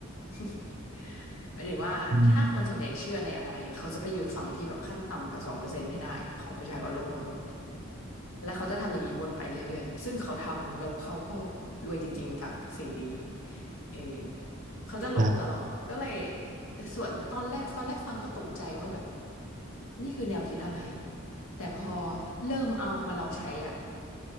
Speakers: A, on the left; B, on the right.
A: <laughs> หมายถึงว่าถ้าคนส่วนใหญ่เชื่อในอะไรเขาจะไปอยู่ฝั่งที่แบบขั้นต่ำกว่าสองเปอร์เซ็นต์ให้ได้ของประชากรโลกทั้งหมด
B: อืม
A: และเขาจะทำอย่างนี้วนไปเรื่อยๆซึ่งเขาทำแล้วเขาก็รวยจริงๆจากสิ่งนี้เออ เขาจะหลบตลอด
B: ครับ
A: ก็เลยแต่ส่วนตอนแรกตอนแรกฟังก็ตกใจว่าแบบนี่คือแนวคิดอะไร แต่พอเริ่มเอามาลองใช้อะ